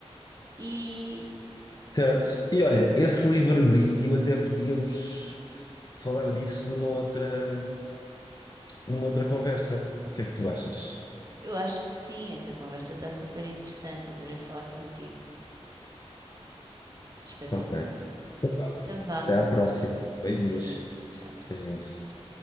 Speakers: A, on the right; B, on the left.
A: e
B: Certo. E olha, esse livre-arbítrio até podíamos falar disso numa outra, numa outra conversa. O que é que tu achas?
A: eu acho que sim, esta conversa está super interessante, adorei falar contigo, espetacular.
B: Tá ok. Então, vá.
A: Então vá,
B: Até à próxima. Beijinhos.
A: beijinho, tchau, tchau.
B: Beijinhos.
A: tchau.